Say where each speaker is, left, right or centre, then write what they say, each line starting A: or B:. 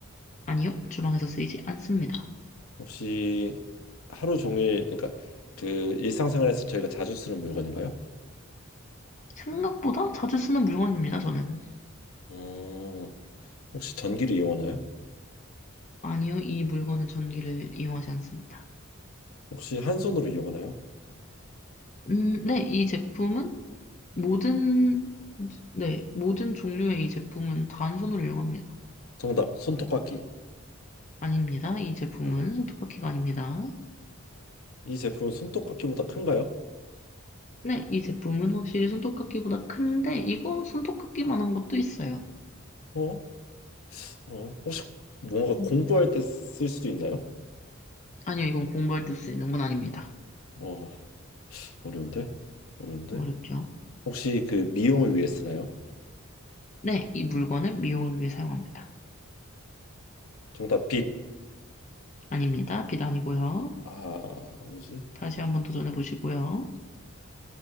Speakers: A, on the left; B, on the left.
A: 아니요. 주방에서 쓰이지 않습니다.
B: 혹시 하루 종일 그러니까 그 일상생활에서 저희가 자주 쓰는 물건인가요?
A: 생각보다 자주 쓰는 물건입니다, 저는.
B: 어, 혹시 전기를 이용하나요?
A: 아니요. 이 물건은 전기를 이용하지 않습니다.
B: 혹시 한 손으로 이용하나요?
A: 음, 네. 이 제품은 모든, 네. 모든 종류의 이 제품은 단손으로 이용합니다.
B: 정답, 손톱깎이.
A: 아닙니다. 이 제품은
B: 아,
A: 손톱깎이가 아닙니다.
B: 이 제품은 손톱깎이보다 큰가요?
A: 네. 이 제품은 확실히 손톱깎이보다 큰데, 이거 손톱깎이만한 것도 있어요.
B: 어? 어, 혹시 뭔가
A: 음,
B: 공부할 때 쓸 수도 있나요?
A: 아니요. 이건 공부할 때 쓰이는 건 아닙니다.
B: 어, 어려운데? 어려운데?
A: 어렵죠.
B: 혹시 그 미용을 위해 쓰나요?
A: 네, 이 물건은 미용을 위해 사용합니다.
B: 정답, 빗.
A: 아닙니다. 빛 아니고요.
B: 아, 뭐지?
A: 다시 한번 도전해 보시고요.